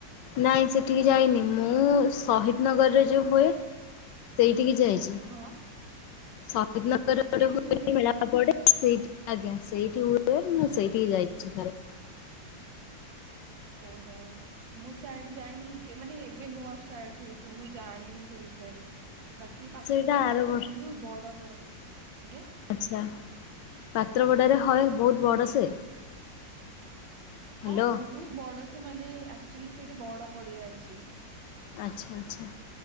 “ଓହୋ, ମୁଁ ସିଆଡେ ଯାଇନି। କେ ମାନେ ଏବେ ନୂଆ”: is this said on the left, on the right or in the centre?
Right